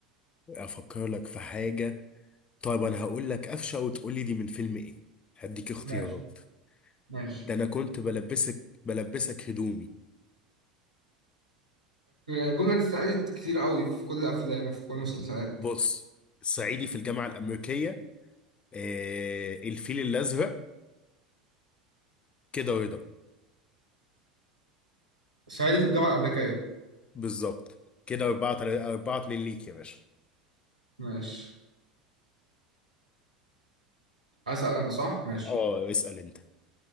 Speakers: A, on the left (about 25°); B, on the right (about 80°).
A: افكر لك في حاجة طيب انا هقول لك قفشة وتقول لي دي من فيلم ايه هديك اختيارات
B: ماشي ماشي
A: ده انا كنت بلبسك بلبسك هدومي
B: الجملة دي اتسألت كتير قوي في كل الأفلام وفي كل المسلسلات
A: بص صعيدي في الجامعة الأمريكية آه الفيل الأزرق كده رضا
B: صعيدي في الجامعة الأمريكية
A: بالظبط كده أربعة تل- أربعة اتنين ليك يا باشا
B: ماشي أسأل أنا صح ماشي
A: اه اسأل انت